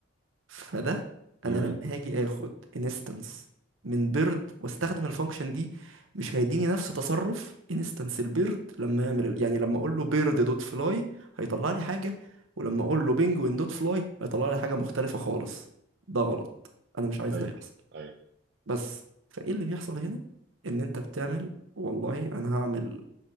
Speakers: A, on the right; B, on the right.
A: فده
B: امم
A: انا لما هاجي اخد انستنس من بيرد واستخدم الفانكشن دي مش هيديني نفس تصرف انستنس البيرد لما يعمل ال- يعني لما اقول له بيرد دوت فلاي هيطلع لي حاجه ولما اقول له بينجوين دوت فلاي هيطلع لي حاجه مختلفه خالص ده غلط انا مش عايز
B: ايوه
A: ده يحصل
B: ايوه
A: بس فايه اللي بيحصل هنا ان انت بتعمل والله انا هعمل